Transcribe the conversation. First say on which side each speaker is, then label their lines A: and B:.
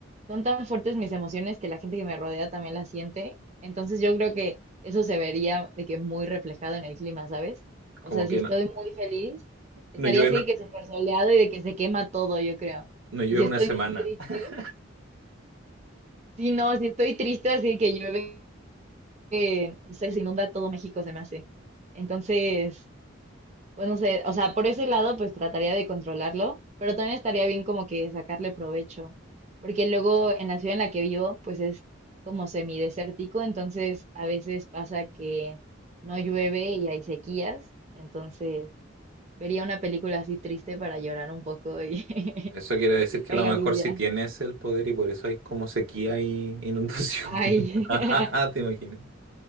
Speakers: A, on the right; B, on the right.
A: son tan fuertes mis emociones que la gente que me rodea también las siente. Entonces yo creo que eso se vería de que muy reflejado en el clima, ¿sabes? O
B: Como
A: sea,
B: que
A: si estoy
B: no,
A: muy feliz, estaría
B: no llueve,
A: así
B: no,
A: de que súper soleado y de que se quema todo, yo creo.
B: no llueve
A: Y si
B: una
A: estoy
B: semana.
A: muy triste,
B: <laughs>
A: sí no, si estoy triste, así que llueve, eh, no sé, se inunda todo México, se me hace. Entonces, pues no sé, o sea, por ese lado, pues trataría de controlarlo, pero también estaría bien como que sacarle provecho, porque luego en la ciudad en la que vivo, pues es como semidesértico, entonces a veces pasa que no llueve y hay sequías, entonces vería una película así triste para llorar un poco y,
B: Eso
A: <laughs>
B: quiere decir
A: y
B: que
A: caiga
B: a lo mejor
A: lluvia.
B: sí tienes el poder y por eso hay como sequía y inundaciones.
A: Ay.
B: <laughs>
A: <laughs>
B: ¿Te imaginas?